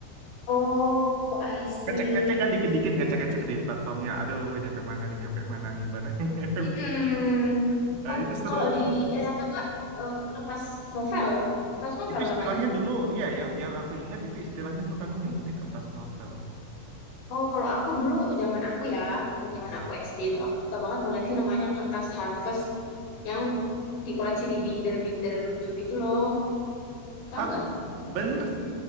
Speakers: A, on the left; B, on the right.
A: Oh, I see.
B: Ngecek-ngecek kan dikit-dikit, ngecek-ngecek di platformnya. Aduh, nyampe mana nih, nyampe mana nih barangnya.
A: Mm-mm.
B: <laughs> Nah,
A: Oh,
B: itu seru
A: kalau di
B: tuh.
A: era kakak eh, kertas novel, kertas novel
B: Itu istilahnya
A: namanya.
B: dulu, ya yang yang aku ingat itu istilahnya dulu kami nyebutnya kertas novel.
A: Oh, kalau aku dulu zaman aku ya, dulu
B: Hmm.
A: zaman aku SD itu aku suka banget koleksi namanya kertas Harvest yang dikoleksi di binder-binder lucu gitu loh. Tahu
B: Ah,
A: nggak?
B: bener sih,